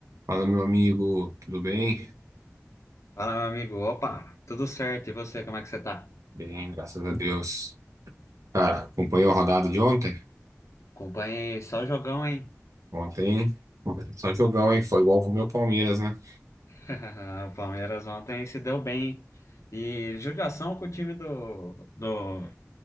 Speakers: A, on the right (about 75°); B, on the left (about 65°).
A: Fala, meu amigo, tudo bem?
B: Fala, meu amigo. Opa, tudo certo? E você, como é que você tá?
A: Bem, graças a Deus. Cara, acompanhou a rodada de ontem?
B: Acompanhei só jogão, hein?
A: Ontem, só um jogão, hein? Foi igual pro meu Palmeiras, né?
B: <laughs> O Palmeiras ontem se deu bem. E judiação com o time do, do,